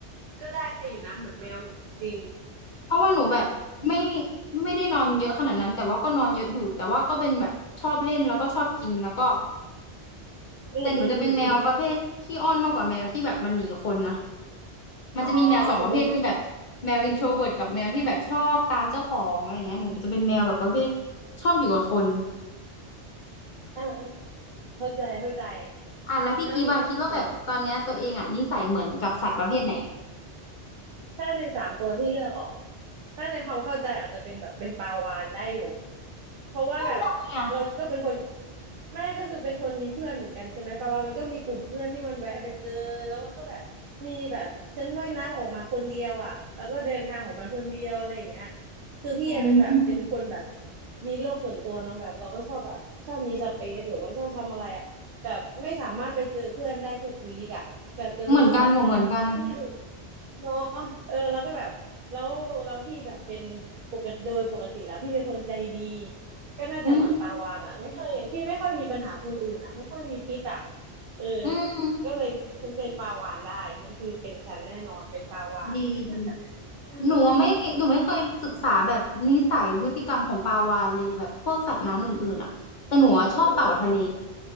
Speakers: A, on the right; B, on the left.
A: ก็ได้อยู่นะเหมือนแมวอยู่จริง
B: เพราะว่าหนูแบบไม่ไม่ได้นอนเยอะขนาดนั้นแต่ว่าก็นอนเยอะอยู่แต่ว่าก็เป็นแบบชอบเล่นแล้วก็ชอบกินแล้วก็
A: <laughs> อืมอืมอืมอืม
B: แต่หนูจะเป็นแมวประเภทขี้อ้อนมากกว่าแมวที่แบบมันหนีคนนะมันจะมีแมวสองประเภทคือแบบแมวอินโทรเวิร์ตกับแมวที่แบบชอบตามเจ้าของอะไรเงี้ยหนูจะเป็นแมวแบบประเภท
A: อ๋อจะเป็น
B: ชอบอยู่กับคน
A: เออเออเข้าใจเข้าใจ
B: อ่ะแล้วพี่กิฟต์อะคิดว่าแบบตอนเนี้ยตัวเองอะนิสัยเหมือนกับสัตว์ประเภทไหน
A: เจ้าอยู่กับคนถ้าในสามตัวที่เลือกออกถ้าในความเข้าใจอาจจะเป็นแบบเป็นปลาวาฬได้อยู่เพราะว่าแบบเราก็เป็นคน
B: ใช่อะ
A: แม่ก็คือเป็นคนมีเพื่อนเหมือนกันใช่ไหมปลาวาฬมันก็มีกลุ่มเพื่อนที่มันแวะไปเจอแล้วมันก็แบบมีแบบฉันว่ายน้ำออกมาคนเดียวอ่ะแล้วก็เดินทางของมันคนเดียวอะไรอย่างเงี้ยคือพี่อะเป็นแบบเป็นคนแบบ
B: อืม
A: มีโลกส่วนตัวเนาะแบบเราก็ชอบแบบชอบมีสเปซหรือว่าชอบทำอะไรอ่ะแบบไม่สามารถไปเจอเพื่อนได้ทุกวีกอะแบบจะรู้สึกแบบ
B: เหมือนกันหนูเหมือนกัน
A: ซึ่งเนาะเออแล้วก็แบบแล้วแล้วพี่แบบเป็นปกติโดยปกติแล้วพี่เป็นคนใจดีก็น่าจะเหมือนปาวานอ่ะไม่ค่อยพี่ไม่ค่อยมีปัญหาคนอื่นอ่ะไม่ค่อยมีพิษอ่ะ
B: อืม
A: เออ
B: อืม
A: ก็เลยฉันเป็นปาวานได้นั่นคือเป็นฉันแน่นอนเป็นปาวาน
B: ดีดี
A: อืม
B: หนูอะไม่หนูไม่เคยศึกษาแบบนิสัยพฤติกรรมของปลาวาฬเลยแบบพวกสัตว์น้ำอื่นๆอ่ะแต่หนูอะชอบเต่าทะเล
A: อืม